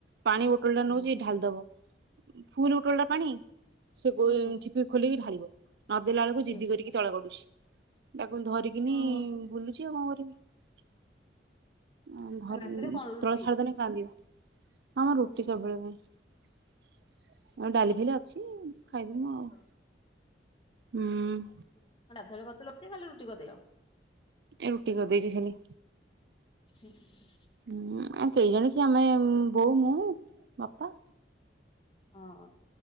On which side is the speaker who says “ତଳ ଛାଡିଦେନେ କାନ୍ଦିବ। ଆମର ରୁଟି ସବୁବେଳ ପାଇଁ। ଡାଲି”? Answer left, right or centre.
Right